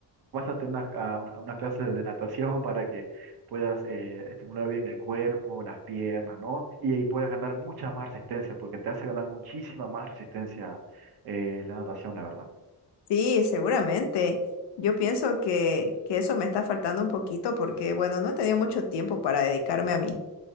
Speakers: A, on the right; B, on the left.
A: pásate unas- a una, a unas clases de natación para que puedas eh, estimular bien el cuerpo, las piernas, ¿no? Y ahí puedes ganar mucha más resistencia, porque te hace ganar muchísima más resistencia eh, la natación, la verdad.
B: Sí, seguramente. Yo pienso que, que eso me está faltando un poquito porque, bueno, no he tenido mucho tiempo para dedicarme a mí